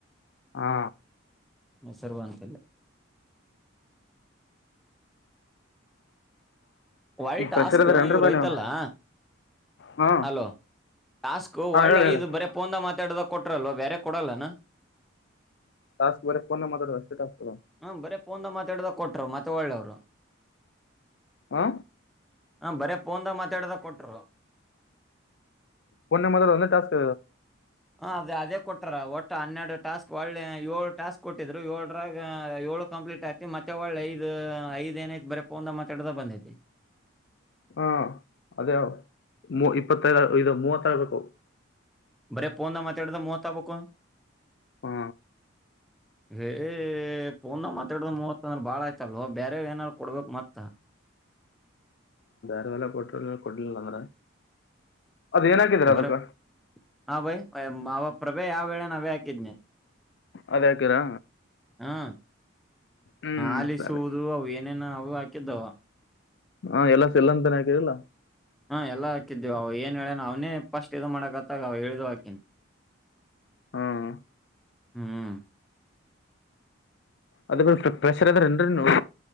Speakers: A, on the left; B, in the centre.
A: ಹಾ
B: ಹೆಸರ ಬಂತ ಇಲ್ಲೇ. ಹೊಳ್ಳಿ
A: ಈಗ
B: ಟಾಸ್ಕ್
A: ಫ್ರೆಷರ್ ಅದಾರ ಏನ್ರಿ
B: ಇವರ
A: ಬಾ
B: ಐತಲ್ಲಾ.
A: ನೀವು ಹಾ
B: ಹಲೋ ಟಾಸ್ಕ್
A: ಹಾ
B: ಹೊಳೆ
A: ಹೇಳಿ ಹೇಳಿ
B: ಇದ ಬರೆ ಫೋನ್ ದಾಗ ಮಾತಾಡುದ. ಕೊಟ್ರಲ್ಲೋ ಬ್ಯಾರೆ ಕೊಡಲನ್ನ.
A: ಟಾಸ್ಕ್ ಬರೆ ಫೋನಾಗ ಮಾತಡದ ಅಷ್ಟ ಟಾಸ್ಕ್ ಅದವ
B: ಹ್ಮ ಬರೇ ಫೋನ್ದಾಗ ಮಾತಾಡದಾಗ ಕೊಟ್ರು ಮತ್ತೆ ಒಳ್ಳವ್ರು
A: ಆ
B: ಆ ಬರೆ ಫೋನ್ದಾಗ ಮಾತಾಡದಾಗ ಕೊಟ್ರು
A: ಫೋನ್ನಾಗ ಮಾತಾಡೋದು ಒಂದೇ ಟಾಸ್ಕ್
B: ಹಾಂ ಅದೇ ಅದೇ ಕೊಟ್ಟಾರ ಒಟ್ಟು ಹನ್ನೆರಡು ಟಾಸ್ಕ್ ಒಳ್ಳೆ ಏಳು ಟಾಸ್ಕ್ ಕೊಟ್ಟಿದ್ರು ಏಳರಾಗ ಏಳು ಕಂಪ್ಲೀಟ್ ಆಯ್ತು ಮತ್ತೆ ಒಳ್ಳೆ ಐದು ಐದಏನೈತಿ ಬರೀ ಫೋನ್ದಾಗ ಮತ್ತಾಡದೆ ಬಂದೈತಿ.
A: ಹಾ ಅದೇ ಮೂ ಇಪ್ಪತ್ತೈದು ಇದು ಮೂವತ್ತಾಗಬೇಕು.
B: ಬರೇ ಪೋನ್ನಾಗ ಮಾತಾಡಿದ್ದು ಮೂವತ್ ಆಗಬೇಕು
A: ಹಾ
B: ಏ ಪೋನ ಮಾತಾಡುದ ಮೂವತ್ ಅಂದ್ರ ಬಾಳ ಆಯ್ತಲ್ವೊ ಬೇರೆ ಏನಾರ ಕೊಡ್ಬೇಕು ಮತ್ತ
A: <unintelligible> ಕೊಡ್ಲಿಲ್ಲಂದ್ರ ಅದೇ ಏನಾಕಿದ್ರಿ ಅದಕ್ಕ
B: ಬರೇ ಹಾ ಬೈ ಅವ ಪ್ರಭೆ ಯಾವ ಹೇಳೆನ ಅವೇ ಹಾಕಿದ್ನಿ
A: ಅದ ಹಾಕಿರಾ
B: ಆ
A: ಹ್ಮ್
B: ಆಲಿಸುವುದು
A: ಸರಿ
B: ಅವ್ ಏನೇನ ಅವು ಹಾ <unintelligible>
A: ಹಾ ಎಲ್ಲ ಸೆಲ್ ಅಂತಾನೆ ಹಾಕಿರಲ್ಲ
B: ಹಾ ಎಲ್ಲ ಹಾಕಿದ್ದೇವು ಏನ್ ಹೇಳನ ಅವ್ನೇ ಪಸ್ಟ್ ಇದು ಮಾಡಕತ್ತಾಗ ಅವ ಹೇಳಿದ ಹಾಕಿನಿ
A: ಹ್ಮ್
B: ಹ್ಮ್
A: ಅದ ಬಿ ಪ್ರೆಷರ್ ಅದ್ರ ಏನ್ರರಿ ನೋಡ್